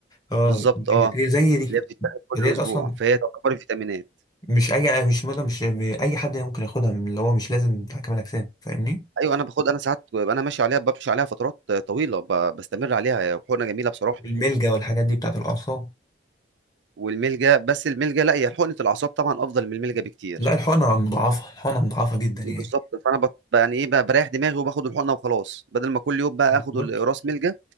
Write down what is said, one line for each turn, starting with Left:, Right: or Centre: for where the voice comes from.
Left: اه
Right: بالظبط
Left: دي-
Right: اه
Left: دي زي دي
Right: اللي هي بتتاخد كل
Left: ديت
Right: اسبوع
Left: اصلا
Right: فهي تعتبر فيتامينات
Left: مش اي مش مدى مش اي حد ممكن ياخدها من اللي هو مش لازم بتاع كمال اجسام فاهمني
Right: ايوه انا باخد انا ساعات ببقى انا ماشي عليها بمشي عليها فترات طويله ب- بستمر عليها هي حقنه جميله بصراحه
Left: الملجا والحاجات دي بتاعت الاعصاب
Right: والملجا بس الملجا لا هي حقنه الاعصاب طبعا افضل من الملجا بكتير
Left: لا الحقنة مضاعفة الحقنة مضاعفة جدا يعني
Right: بالظبط فانا بت... يعني ايه بقى بريح دماغي وباخد الحقنه وخلاص بدل ما كل يوم بقى
Left: بالظبط
Right: اخد القراص ملجا